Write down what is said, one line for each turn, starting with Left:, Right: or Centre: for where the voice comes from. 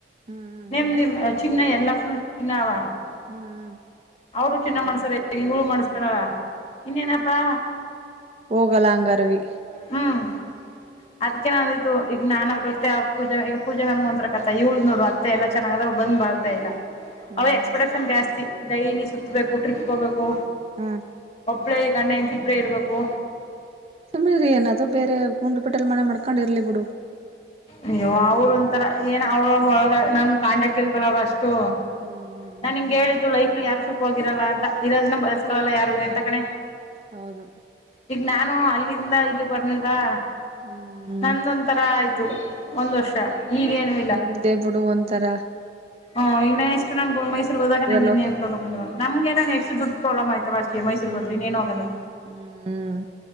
Right: ಹ್ಮ್
Left: ನಿಮ್
Right: ಹ್ಮ್
Left: ನಿಮ್ ಚಿ ಫ ಚಿನಾವ
Right: ಹ್ಮ್ ಹ್ಮ್
Left: ಅವರು ಚಿನ್ನ ಮಾಡ್ಸಾರೆ ಮಾಡ್ಸಖಂಡಲ ಇನ್ನನಪ್ಪಾ
Right: ಹೋಗಲಾಂಗರವಿ
Left: ಹ್ಮ್ ಅದ್ಕೆ ನನ್ ಇದು ನಾನಾದ್ರ ಅಷ್ಟೇ ಆ ಪೂಜೆ ಈಗ ಪೂಜೆ ಮಮ ಒಂಂತರ ಕತ್ತಾ ಇವಳ್ ನೋಡು ಅತ್ತೆ ಎಲ್ಲ ಚೆನ್ನಾಗ ಅದ್ ಬಂದ ಬಾಳ್ತಾ ಇಲ್ಲ
Right: ಹ್ಮ್
Left: ಅವ ಎಕ್ಸ್ಪ್ರೆಷನ್ ಜಾಸ್ತಿ ಡೈಲಿ ಸುತ್ತಬೇಕು ಟ್ರಿಪ್ಗೆ ಹೋಗ್ಬೇಕು
Right: ಹ್ಮ
Left: ಇಬ್ಬಳ ಈಗಣ್ಣ ಎಬ್ಳೇ ಇರ್ಬೇಕು
Right: ಸುಮ್ಮಿ್ರೀ ಏನದೋ ಬೇರೆ ಗುಂಡ ಹಪಿಟಲ್ ಮನೆ ಮಾಡ್ಕೊಂಡ ಇರ್ಲಿ ಬಿಡು
Left: ಅಯ್ಯೋ ಅವ್ರ ಒಂತರ ಏನ್ ಅವ್ರ ಒಳಗ ನಂಗ್ ಕಾಂಟಾಕ್ಟ್ ಇಲ್ವಲ್ಲ ಅವ್ರ ಅಷ್ಟು
Right: ಹ್ಮ್
Left: ನಾ ಹಂಗ ಹೇಳಿದ್ದು ಲೈಫ್ಲಿ ಯಾರು ಸುಖವಾಗಿರಲ್ಲ ಅಂತ ಇರೋದನ್ನ ಬಳಸ್ಕೊಲ್ಲ ಯಾರು ಎಂತ ಕಣೆ
Right: ಹೌದು
Left: ಈಗ ನಾನು ಅಲ್ಲಿಂದ ಇಲ್ಲಿ ಬರ್ನಿಲ್ವಾ
Right: ಹ್ಮ್
Left: ನಂದೊಂದ ತರ ಆಯ್ತು ಒಂದ್ ವರ್ಷ ಈಗೇನು
Right: ನಿಮ್ದೇ ಬಿುಡು ಒಂತ ತರ
Left: ಹ್ ಇನ್ನ ಎಷ್ಟು ನು ಮೈಸೂರು ಹೋದಾಗ ನಂ ಇನ್ನೇನ್
Right: ಲೋಕ
Left: ಪ್ರಾಬ್ಲಮ್ ಅ ನಮಗೆಏ ಎಷ್ಟು ಡ್ ಪ್ರಾಬ್ಲಮ್ ಆಯತು ತಾಟ ಮೈೂರು ಹದರಿ ಇನೇನು ಹೋಗಲ್ಲ
Right: ಹ್ಮ್